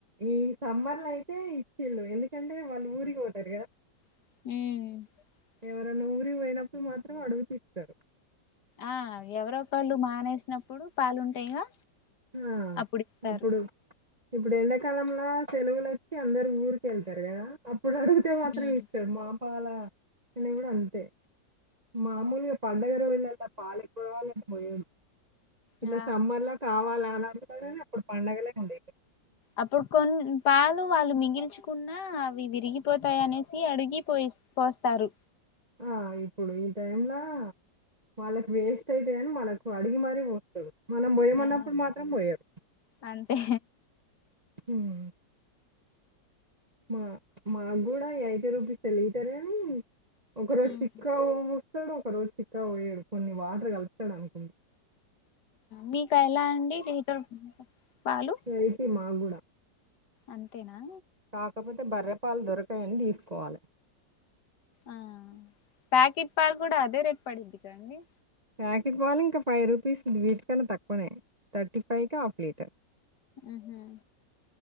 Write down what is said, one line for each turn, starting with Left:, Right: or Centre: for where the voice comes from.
Right: ఈ సమ్మర్లు అయితే ఇచ్చేళ్ళు ఎందుకంటే వాళ్ళు ఊరికి పోతారు కదా
Left: ఉమ్
Right: ఎవరనా ఊరి పోయినప్పుడు మాత్రం అడుగుతీస్తారు
Left: ఆ ఎవరో ఒకళ్ళు మానేసినప్పుడు పాలుంటాయిగా
Right: ఆ!
Left: అప్పుడు ఇస్తారు
Right: అప్పుడు ఇప్పుడు ఎండాకాలంలో సెలవులు వచ్చి అందరు ఊరిక వెళ్తారు కదా ఆప్పుడు అడిగితే మాత్రమే
Left: ఉమ్,
Right: ఇత్తారు మా పాల ఇడ కూడా అంతే మామూలుగా పడగా రోజుల్ల పాల పోవాలని పోయరూ ఇలా
Left: ఆ
Right: సమ్మర్ లో కావాల అన్ననే అప్పుడు పండగలే ఉండే
Left: అప్పుడు కొం పాలు వాళ మిగిల్ చ్చుకున్నా అవి విరిగిపోతాయి అనేసి అడిగి పోయి పోస్తారు,
Right: ఆ ఇప్పుడు ఈ టైంలా వాళ్ళకి వేస్ట్ అయితే అని మనళకు అడిగి మారి పోతుంది మనం బోయమన్నప్పుడు
Left: ఆ
Right: మాత్రం బోయరు
Left: అంతే
Right: ఉమ్ మా మాకు కూడా యైటి రూపీస్కి లీటర్ అని ఒక రోజు
Left: ఉమ్,
Right: చిక్కాగా పోస్తాడు ఒక రోజు చిక్కాగ పోయాడు కొన్ని వాటర్ కలుతాడు అనుకుం
Left: మీకా ఎలా అండి లీటర్ పాలు
Right: యైటి మాకు కూడా
Left: అంతేనా
Right: కాకపోతే బర్రెపలు దొరకాయని తీసుకోవాలి
Left: ఆ ప్యాకెట్ పాల్ కూడా అదే రేట్ పడింది కాదండి
Right: ప్యాకెట్ పలు ఇంకా ఫైవ్ రూపీస్ వీటికన్నా తక్కువనే థర్టీ ఫైకే హాఫ్ లీటర్
Left: ఉహుం.